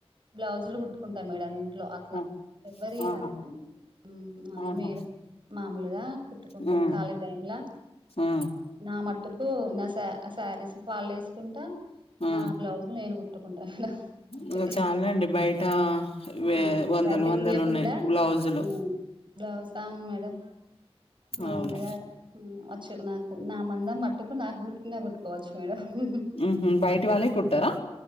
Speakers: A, on the right; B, on the left.
A: బ్లౌజులు కుట్టుకుంటా మేడమ్ ఇంట్లో ఇట్లా
B: ఆ!
A: ఎవ్వరివిరావు
B: ఆహా
A: ఉ అది
B: ఆహా
A: మేడమ్ మామూలుగా కుట్టుకుంటాము
B: ఆ
A: ఖాళీ టైం లో
B: ఆ
A: నా మట్టుకు నా శారీస్ ఫాల్ వేసుకుంటా
B: ఆ
A: నా బ్లౌజులు నేను కుట్టుకుంటా మేడం అంతే
B: ఇంగ చాలండి బయట
A: ఆ
B: వే వందలు
A: బయటకి
B: వందలు
A: ఇయ్యకుండా
B: ఉన్నాయి బ్లౌజులు
A: ఆ బ్లౌస్ అవును మేడం మామూలుగా
B: అవును
A: వచ్చు నాకు నా మందం మట్టుకు నాకుట్టిన కుట్టుకోవచ్చు మేడం
B: ఊహు బయటవలే కుట్టారా